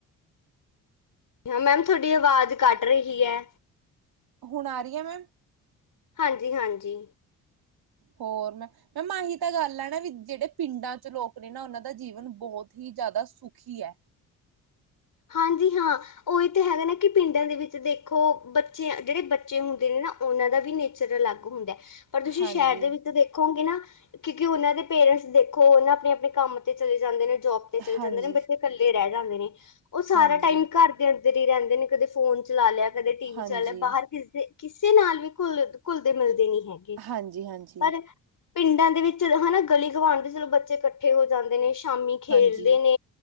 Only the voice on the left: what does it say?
ਹਾਂ, ਮੈਮ ਤੁਹਾਡੀ ਆਵਾਜ਼ ਕੱਟ ਰਹੀ ਐ।
ਹਾਂਜੀ-ਹਾਂਜੀ
ਹਾਂਜੀ ਹਾਂ ਓ ਏ ਤਾਂ ਹੈਗਾ ਨਾ ਕੀ ਪਿੰਡਾਂ ਦੇ ਵਿੱਚ ਦੇਖੋ ਬੱਚੇ ਜੇੜੇ ਬੱਚੇ ਹੁੰਦੇ ਨੇ ਨਾ ਉਨਾਂ ਦਾ, ਲ ਵੀ ਨੇਚਰ ਅਲੱਗ ਹੁੰਦੈ ਪਰ ਤੁਸੀਂ
ਸ਼ੈਰ ਦੇ ਵਿੱਚ ਦੇਖੋਗੇ ਨਾ ਕਿਉਂਕੀ ਉਨਾਂ ਦੇ ਪੇਰੈਂਟਸ ਦੇਖੋ ਨਾ ਆਪਣੇ-ਆਪਣੇ ਕੰਮ ਤੇ ਚਲੇ ਜਾਂਦੇ ਨੇ, ਜੋਬ ਤੇ ਚਲੇ
ਜਾਂਦੇ ਨੇ ਬੱਚੇ ਕੱਲੇ ਰੈ ਜਾਂਦੇ ਨੇ ਓ ਸਾਰਾ
ਟਾਈਮ ਘਰ ਦੇ ਅੰਦਰ ਈ ਰੈਂਦੇ ਨੇ, ਕਦੇ ਫੋਨ ਚਲਾ ਲਿਆ, ਕਦੇ ਟੀ ਵੀ
ਚੱਲ ਬਾਹਰ ਕਿਸ ਦੇ ਕਿਸੇ ਨਾਲ ਵੀ ਘੁੱਲ ਘੁਲਦੇ ਮਿਲਦੇ ਨੀ ਹੈਗੇ।
ਪਰ ਪਿੰਡਾਂ ਦੇ ਵਿੱਚ ਹਨਾ। ਗਲੀ ਗਵਾਢ ਦੇ ਚਲੋ, ਬੱਚੇ ਕੱਠੇ ਹੋ ਜਾਂਦੇ ਨੇ। ਸ਼ਾਮੀ ਖੇਲਦੇ
ਨੇ